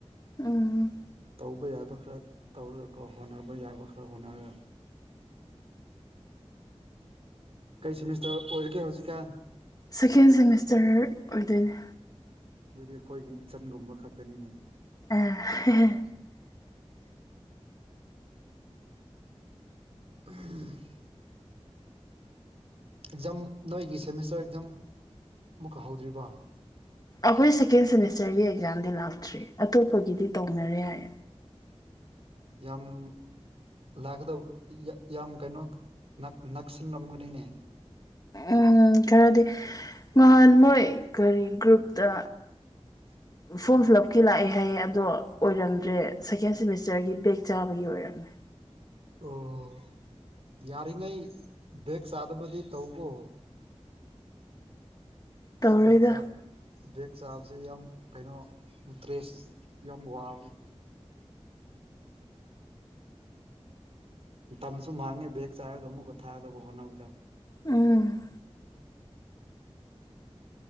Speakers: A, on the left; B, on the right.
A: ꯎꯝ
B: ꯇꯧꯕ ꯌꯥꯕ ꯈꯔ ꯇꯧꯔꯒꯀꯣ ꯍꯣꯟꯅꯕ ꯌꯥꯕ ꯈꯔ ꯍꯣꯅꯔꯒ ꯀꯩ ꯁꯦꯃꯤꯁꯇꯔ ꯑꯣꯏꯔꯒꯦ ꯍꯧꯖꯤꯛꯀꯥꯟ
A: ꯁꯦꯀꯦꯟ ꯁꯦꯃꯤꯁꯇꯔ ꯑꯣꯏꯗꯣꯏꯅꯦ
B: ꯗꯨꯗꯤ ꯑꯈꯣꯏꯒꯤ ꯏꯆꯟ ꯒꯨꯝꯕ ꯈꯛꯇꯅꯤꯅꯦ
A: <unintelligible>
B: ꯎꯝ ꯑꯦꯛꯖꯥꯝ ꯅꯣꯏꯒꯤ ꯁꯦꯃꯤꯁꯇꯔ ꯑꯦꯛꯖꯥꯝ ꯑꯃꯨꯛꯀ ꯍꯧꯗ꯭ꯔꯤꯕ‌ꯣ
A: ꯑꯈꯣꯏ ꯁꯦꯀꯦꯟ ꯁꯦꯃꯤꯁꯇꯔꯒꯤ ꯑꯦꯛꯖꯥꯝꯗꯤ ꯂꯥꯛꯇ꯭ꯔꯤ ꯑꯇꯣꯞꯄꯒꯤꯗꯤ ꯇꯧꯅꯔꯦ ꯍꯥꯏ
B: ꯌꯥꯝ ꯂꯥꯛꯀꯗꯕ ꯌ ꯌꯥꯝ ꯀꯩꯅꯣ ꯅꯛ ꯅꯛꯁꯤꯟ ꯔꯝꯒꯅꯤꯅꯦ
A: ꯎꯝ ꯈꯔꯗꯤ ꯅꯍꯥꯟ ꯃꯣꯏ ꯀꯔꯤ ꯒ꯭ꯔꯨꯞꯇ
B: <unintelligible>
A: ꯐꯣꯝ ꯐꯤꯜ ꯂꯞ ꯀꯤ ꯂꯥꯑꯦ ꯍꯥꯏꯌꯦ ꯑꯗꯣ ꯑꯣꯏꯔꯝꯗ꯭ꯔꯦ ꯁꯦꯀꯦꯟ ꯁꯦꯃꯤꯁꯇꯔꯒꯤ ꯕꯦꯛ ꯆꯥꯕꯒꯤ ꯑꯣꯏꯔꯝꯃꯦ
B: ꯑꯣ ꯌꯥꯔꯤꯉꯩ ꯕꯦꯛ ꯆꯥꯗꯕꯗꯤ ꯇꯧꯀꯣ
A: ꯇꯧꯔꯣꯏꯗ
B: ꯕꯦꯛ ꯆꯥ ꯕꯦꯛ ꯆꯥꯕꯁꯦ ꯌꯥꯝ ꯀꯩꯅꯣ ꯇ꯭ꯔꯦꯁ ꯌꯥꯝ ꯋꯥꯕꯅꯤ ꯇꯝꯁꯨ ꯃꯥꯡꯉꯦ ꯕꯦꯛ ꯆꯥꯔꯒ ꯑꯃꯨꯛꯀ ꯊꯥꯗꯧꯕ ꯍꯣꯠꯅꯕꯗ
A: ꯎꯝ